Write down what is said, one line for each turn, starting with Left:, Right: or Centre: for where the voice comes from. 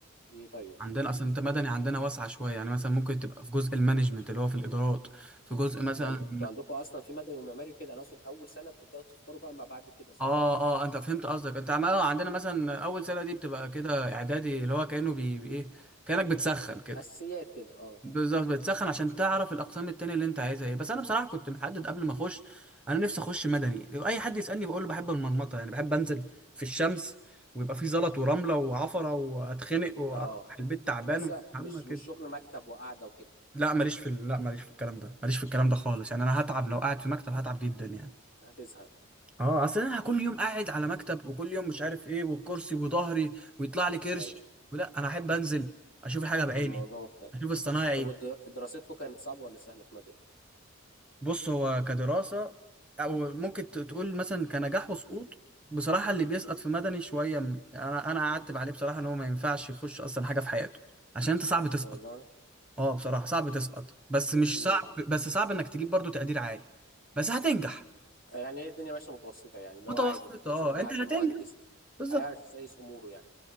Left: ايه طيب
Centre: عندنا
Left: احكي لي
Centre: اصلا
Left: ايه
Centre: انت
Left: الدنيا
Centre: مدني عندنا واسعه شويه يعني مثلا ممكن تبقى في جزء المانجمنت اللي هو في الادارات في جزء مثلا
Left: ده انتوا عندكم اصلا في مدني ومعماري وكده انا اقصد اول سنة بتبداوا تختاروا بقى ما بعد كده صح
Centre: اه اه آه، انت فهمت قصدك انت عم... آه، عندنا مثلا اول سنه دي بتبقى كده اعدادي اللي هو كانه بي بي- ايه كانك بتسخن كده
Left: اساسيات كده اه
Centre: بالظبط بتسخن عشان تعرف الاقسام التانية اللي انت عايزها ايه بس انا بصراحه كنت محدد قبل ما اخش انا نفسي اخش مدني اي حد يسالني بقول له بحب المرمطه يعني بحب انزل في الشمس ويبقى في زلط ورمله وعفره واتخنق واروح
Left: اه
Centre: البيت تعبان
Left: بس
Centre: وحمى
Left: مش
Centre: كده
Left: مش شغل مكتب وقعدة وكده
Centre: لا ماليش في ال- لا ماليش في الكلام ده ماليش في الكلام ده خالص يعني انا هتعب لو قاعد في
Left: مم.
Centre: مكتب هتعب جدا يعني
Left: هتزهق
Centre: اه اصل انا كل يوم قاعد على مكتب وكل يوم مش عارف ايه والكرسي وظهري ويطلع لي كرش
Left: ايوه
Centre: ولا انا احب انزل اشوف حاجه بعيني
Left: الموضوع مختلف
Centre: اشوف الصنايعي
Left: طب ود- دراستكم كانت صعبة ولا سهلة في مدني
Centre: بص هو كدراسة أو ممكن ت- تقول مثلا كنجاح وسقوط بصراحة اللي بيسقط في مدني شوية م- أنا أنا أعتب عليه بصراحة إن هو ما ينفعش يخش أصلا حاجة في حياته عشان أنت صعب تسقط
Left: والله
Centre: أه بصراحة صعب تسقط بس مش
Left: امم
Centre: صعب بس صعب إنك تجيب برضو تقدير عالي بس هتنجح
Left: يعني هي الدنيا ماشية متوسطة يعني اللي
Centre: متوسط
Left: هو عادي انت تقصد
Centre: أه
Left: ان
Centre: أنت
Left: حد
Centre: هتنجح
Left: مهندس
Centre: بالظبط
Left: هيعرف يسيس اموره يعني